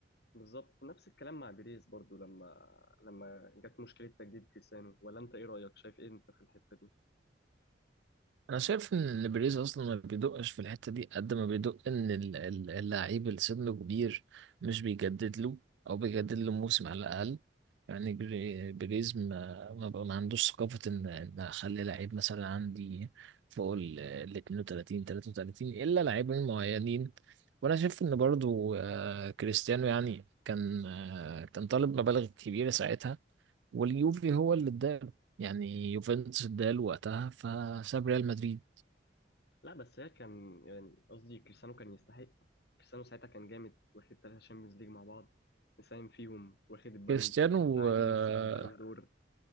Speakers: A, on the left (about 60°); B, on the right (about 80°).
A: بالظبط نفس الكلام مع بيريز برضو لما لما جت مشكله تجديد كريستيانو ولا انت ايه رايك شايف ايه انت في الحته دي
B: انا شايف ان بريز اصلا ما بيدقش في الحته دي قد ما بيدق ان ال- ال- اللعيب اللي سنه كبير مش بيجدد له او بيجدد له موسم على الاقل يعني بري- بريز ما ما, بقى ما عندوش ثقافه ان ان اخلي لعيب مثلا عندي فوق ال ال 32 33 الا لاعبين معينين وانا شايف ان برضو آه، كريستيانو يعني كان آه، كان طالب مبالغ كبيره ساعتها واليوفي هو اللي اداله يعني يوفنتوس اداله وقتها فساب ريال مدريد
A: لا بس هي كان يعني قصدي كريستيانو كان يستحق كريستيانو ساعتها كان جامد واخد ثلاثه شامبيونز ليج مع بعض مساهم فيهم واخد البالون
B: كريستيانو
A: دور ساعتها عادل
B: آه،
A: ميسي في البالون دور